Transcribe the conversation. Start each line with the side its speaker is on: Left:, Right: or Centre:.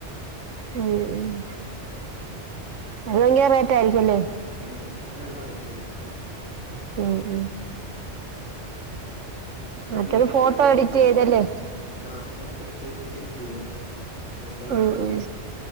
Right: ഉം ഉം അത് ഭയങ്കര റേറ്റായിരിക്കും അല്ലേ
Left: ഉം അതിന് നല്ല റേറ്റ് വരും
Right: ഉം ഉം മറ്റേത്
Left: വീഡിയോ
Right: ഫോട്ടോ
Left: ഒക്കെ ഉണ്ടെങ്കി
Right: എഡിറ്റ് ചെയ്തല്ലേ
Left: ആ ഫോട്ടോ എഡിറ്റ്‌ ചെയ്ത് എഡിറ്റ്‌ ചെയ്യും മെസ്സേജ് അയച്ചാ
Right: ഉം
Left: മതി
Right: ഉം